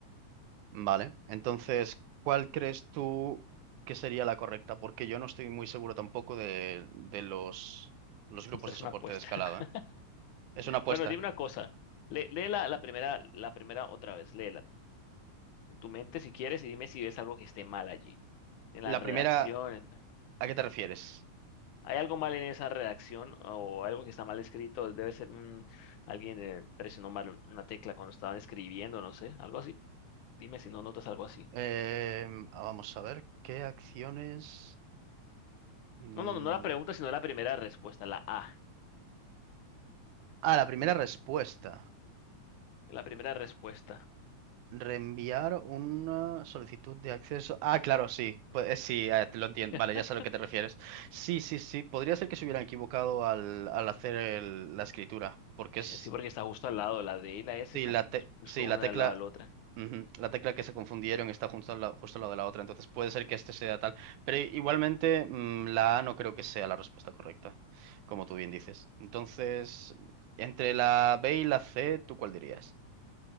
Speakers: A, on the right; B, on the left.
A: Vale, entonces, ¿cuál crees tú que sería la correcta? Porque yo no estoy muy seguro tampoco de, de los, los grupos
B: esta es
A: de soporte
B: una apuesta.
A: de escalada,
B: <laughs>
A: ¿eh? Es una apuesta.
B: Bueno, dime una cosa, lee, lee la, la primera, la primera otra vez, léela en tu mente si quieres y dime si ves algo que esté mal allí, en
A: La
B: la redacción.
A: primera,
B: en-
A: ¿a qué te refieres?
B: ¿Hay algo mal en esa redacción o algo que está mal escrito? Debe ser un- alguien eh, presionó mal una tecla cuando estaban escribiendo, no sé, algo así. Dime si no notas algo así.
A: Eh, ah, vamos a ver, ¿qué acciones? Mm,
B: No, no, no, no la pregunta, sino la primera respuesta, la A.
A: Ah, la primera respuesta.
B: La primera respuesta.
A: Reenviar una solicitud de acceso. Ah, claro, sí. Pues eh, sí, eh, te lo entiendo.
B: <laughs>
A: Vale, ya sé a lo que te refieres. Sí, sí, sí. Podría ser que se hubieran equivocado al, al hacer el- la escritura. Porque
B: Eh,
A: es.
B: Sí, porque está justo al lado. La D y la S
A: Sí,
B: están
A: la,
B: ju-
A: te-
B: justo
A: sí,
B: una
A: la tecla.
B: al lado de la otra.
A: ujú, La tecla que se confundieron está junto al la- justo al lado de la otra. Entonces puede ser que este sea tal. Pero i- igualmente, mm, la A no creo que sea la respuesta correcta. Como tú bien dices. Entonces, entre la B y la C, ¿tú cuál dirías?